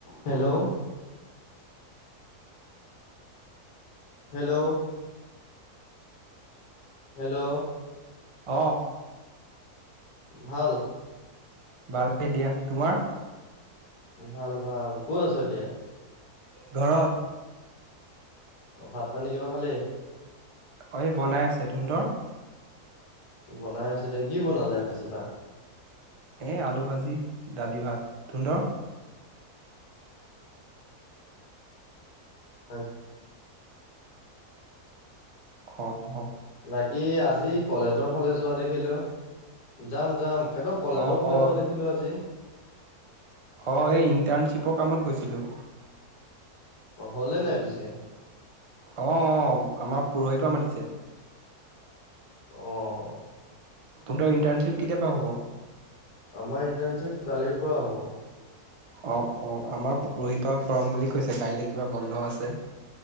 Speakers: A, on the left; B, on the right.
A: হেল্ল', হেল্ল', হেল্ল',
B: অ',
A: ভাল।
B: ভাল দিয়া তোমাৰ?
A: ভাল-ভাল কত আছ এতিয়া?
B: ঘৰত
A: অ' ভাত পানী কিবা খালি?
B: অ' এই বনাই আছে টোহোতৰ।
A: বনাই আছে দে কি বনালে ৰাজিপা।
B: এ আলু ভাজি দালি ভাত তুনধৰ।
A: হয়।
B: খত <unintelligible>
A: বাকী আজি কলেজৰ ফালে যোৱা দেখিলো যাম-যাম কেতক কলেজৰ
B: অ',
A: ফালে
B: অ',
A: যোৱা দেখিলো আজি।
B: অ' এই ইন্টাৰ্ণশ্বিপৰ কামত গৈছিলোঁ।
A: অ' হলে নাই পিছে?
B: অহ-অহ, আমাক পৰহিৰ পৰা মাতিছে।
A: অহ,
B: তুনধৰ ইণ্টাৰ্ণশ্বিপ কেতিয়াবা হ'ব?
A: আমাৰ ইণ্টাৰ্ণশ্বিপ কালিৰ পৰা হ'ব।
B: অ-অ, আমাৰ পৰহি পৰা কৰাম বুলি কৈছে কাইলে কিবা বন্ধ আছে।